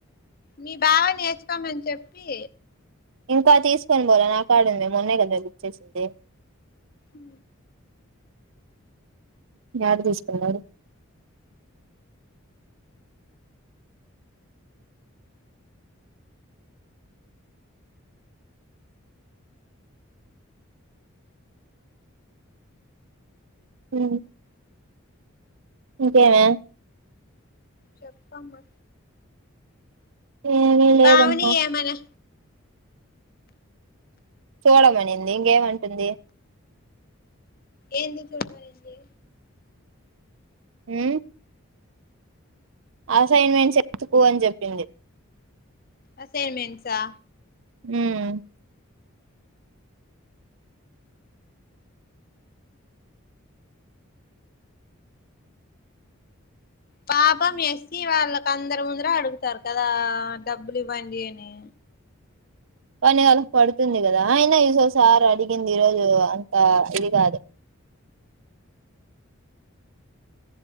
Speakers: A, on the left; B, on the right.
A: మీ బావన్ ఏసుకోమని చెప్పి
B: ఇంకా తీసుకొని పోల నాకాడుంది మొన్నే కదా బుక్ చేసింది
A: ఉ
B: యాడ తీసుకున్నారూ అ ఇంకేమి ఆ
A: చెప్పమ్మా
B: ఏమీ లేదమ్మా
A: పావని ఏమైనా
B: చూడమనింది ఇంకేమంటుంది
A: ఏంది చూడమనింది
B: మ్మ్ ఆఫ్ అసైన్మెంట్స్ ఎతుకు అని చెప్పింది
A: అసైన్మెంట్సా
B: మ్మ్మ్
A: పాపం యసీ వాళ్ళకందర ముందర అడుగుతారు కదా డబ్బులు ఇవ్వండి అని
B: కాని వాళకి పడుతుంది కదా అయినా ఈసో సార్ అడిగింది ఈరోజు అంత ఇది కాదు